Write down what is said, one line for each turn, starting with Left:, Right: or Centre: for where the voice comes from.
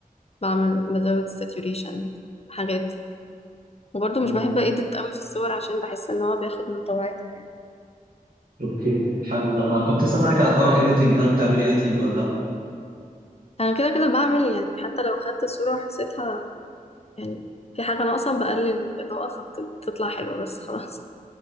Left: بعمل بزود الساتوريشن حاجات دي. وبرضه
Right: م.
Left: مش بحب ايديت قوي في الصور عشان بحس ان هو بياخد من طبيعتها
Right: اوكي حلو ده انا كنت لسه اسالك على حوار الايديتنج هل بتعملي ايديتنج ولا لا
Left: انا كده كده بعمل يعني حتى لو خدت صورة وحسيتها يعني في حاجة ناقصة بقلل الإضاءة فبتطلع حلوة بس خلاص